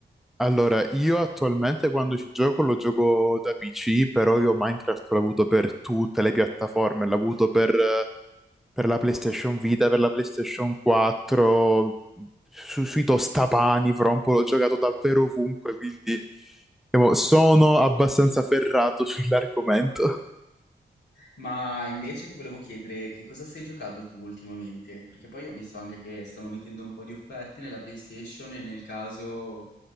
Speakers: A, in the centre; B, on the left.
A: allora, io attualmente quando ci gioco lo gioco da PC, però io Minecraft l'ho avuto per tutte le piattaforme, l'ho avuto per, per la PlayStation Vita, per la PlayStation 4, su- sui tostapani, fra un po' l'ho giocato davvero ovunque, quindi diciamo, sono abbastanza ferrato <laughs> sull'argomento.
B: Ma invece ti volevo chiedere che cosa stai giocando tu ultimamente? Perché poi ho visto anche che stanno mettendo un po' di offerte nella PlayStation e nel caso